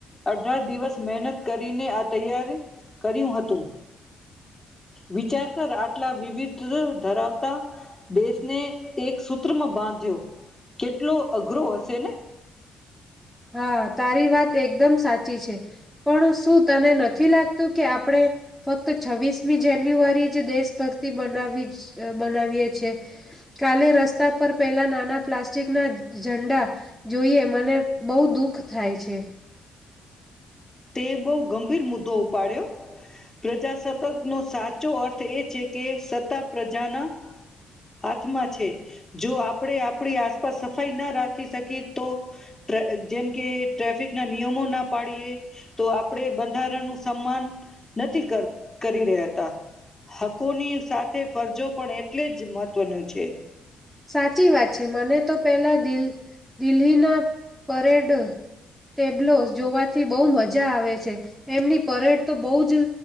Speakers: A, on the left (about 20°); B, in the centre.
A: અઢાર દિવસ મહેનત કરીને આ તૈયાર કર્યું હતું વિચાર કર આટલા વિવિધ ધરાવતા દેશને એક સૂત્રમાં બાંધ્યો કેટલો અઘરો હશે ને
B: હા તારી વાત એકદમ સાચી છે પણ શું તને નથી લાગતું કે આપણે ફક્ત છવ્વીસમી જાન્યુઆરી જ દેશભક્તિ બનાવી બનાવીએ છે કાલે રસ્તા પર પહેલા નાના પ્લાસ્ટ ચકના ઝંડા જોઈએ મને બુ દુઃખ થાય છે
A: તે બહુ ગંભીર મુદ્દો ઉપાડ્યો પ્રજાસતક નો સાચો અર્થ એ છે કે <unintelligible> પ્રજાના હાથમાં છે જો આપણેે આપણી આસપાસ થઈ ન રાખી શકીિત તો જેમ કે ટ્રાફિક ના નિયમો ના પાડીએ તો આપણે બંધારણનુંું સન્માન નથી કર કરી રહ્યા હતા હકોની સાથે ફરજો પણ એટલે જ મહત્વનું છે
B: સાચી વાત છે મને તો પેલા દિલ દિલ્હીના પરેડ ટેબ્લો જોવાથી બહુ મજા <unintelligible> છે એમની પરેડ તો બહુ જ